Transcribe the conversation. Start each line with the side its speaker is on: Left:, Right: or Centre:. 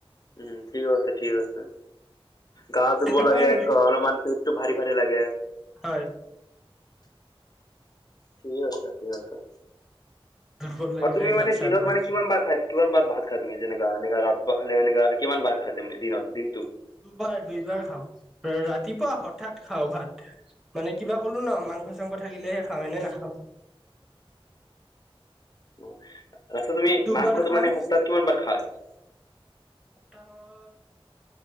Left: উম ঠিক কৈছা, ঠিক কৈছা। গা দুৰ্বল
Centre: তেনেকুৱাই
Left: লাগে
Centre: মানে
Left: অলপমান পিঠটো ভাৰি ভাৰি লাগে।
Centre: হয়।
Left: ঠিকে কৈছা ঠিকে কৈছা।
Centre: দুৰ্বল লাগি
Left: আৰু তুমি
Centre: যায় গা
Left: মানে
Centre: চা
Left: দিনত
Centre: পুৰা
Left: মানে কিমান বাৰ খাই কিমান বাৰ ভাত খাই তুমি যেনেকা এনেকা ৰাতিপুৱা খালে এনেকা কিমান বাৰ খাই তুমি দিনত দিনতটো?
Centre: দুবাৰ দুইবাৰ খাওঁ ৰাতিপুৱা হঠাৎ খাওঁ ভাত মানে কিবা কলো ন মাংস চাংস থাকিলেহে খাওঁ এনেই নাখাওঁ।
Left: ৰাস্তা,
Centre: দিনত
Left: তুমি
Centre: দুবাৰ
Left: মাংসটো
Centre: খাওঁ
Left: মানে সপ্তাহত কিমান বাৰ খায়?
Centre: সপ্তাহত